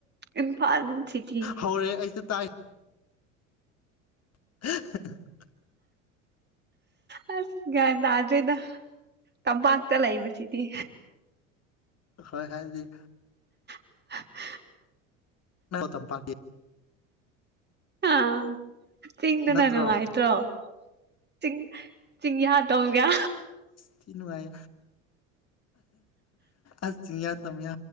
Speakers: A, on the right; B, on the left.
A: ꯏꯝꯐꯥꯜ ꯁꯤꯇꯤ
B: ꯍꯧꯔꯦ ꯑꯩꯁꯨ ꯇꯥꯏ <unintelligible>
A: ꯑ ꯑꯁ ꯒ꯭ꯌꯥꯟ ꯇꯥꯗ꯭ꯔꯦꯗ ꯇꯝꯄꯥꯛꯇ ꯂꯩꯕꯁꯤꯗꯤ
B: ꯍꯣꯏ ꯍꯗꯤ
A: <unintelligible>
B: ꯇꯝꯄꯥꯛꯥꯀꯤ
A: ꯑ ꯆꯤꯡꯗꯅ
B: ꯅꯠꯇ꯭ꯔꯣ
A: ꯅꯨꯡꯉꯥꯏꯇ꯭ꯔꯣ ꯆꯤꯡ ꯆꯁꯤꯡꯍ ꯇꯝꯒ
B: ꯊꯅꯅꯨꯡꯉꯥꯏ ꯑꯁꯌꯥ ꯇꯝ